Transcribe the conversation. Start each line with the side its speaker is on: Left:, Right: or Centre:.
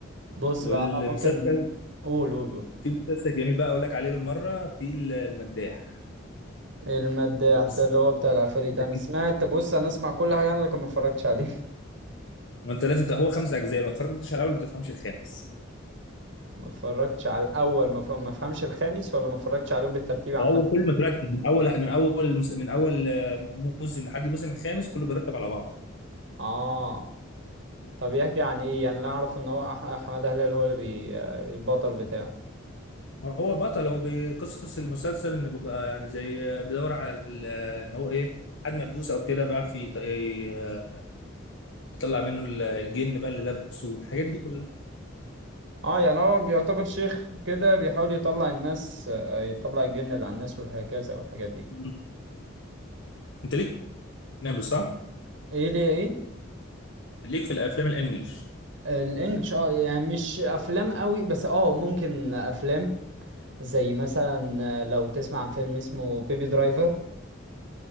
Right: بص
Left: والمسلسل
Right: بقى انا ممكن قول قول قول
Left: في مسلسل جميل بقى اقول لك عليه بالمره في ال- المداح
Right: المداح
Left: بس
Right: ده اللي هو بتاع العفاريت
Left: لكن-
Right: انا سمعت بص انا اسمع كل حاجه انا لكن ما اتفرجتش عليه
Left: ما انت لازم ت- هو خمس اجزاء لو ما اتفرجتش على الاول ما تفهمش الخامس
Right: ما اتفرجتش على الاول ما فهم- ما فهمش الخامس ولا ما اتفرجتش عليهم بالترتيب عامه
Left: هو كله مترتب من اول من اول مس- من اول آه، موسم لحد الموسم الخامس كله بيرتب على بعضه
Right: اه طب يحكي عن ايه يعني اللي اعرف ان هو أح- حماده هلال هو اللي بي آه، البطل بتاعه
Left: هو بطل هو بقصص المسلسل انه بيبقى يعني زي بيدور على ال- ان هو ايه حد ملبوس او كده بيعرف يط- ي- يطلع منه ال- الجن بقى اللي لابسه الحاجات دي كلها
Right: اه يعني هو بيعتبر شيخ كده بيحاول يطلع الناس آه، يطلع الجن اللي على الناس والهكذا والحاجات دي
Left: مم. انت ليك في الاجنبي صح؟
Right: ايه ليه ايه
Left: ليك في الافلام الانجليش
Right: آه، الانجليش اه يعني مش افلام قوي بس اه ممكن افلام زي مثلا آه، لو تسمع عن فيلم اسمه بيبي درايفر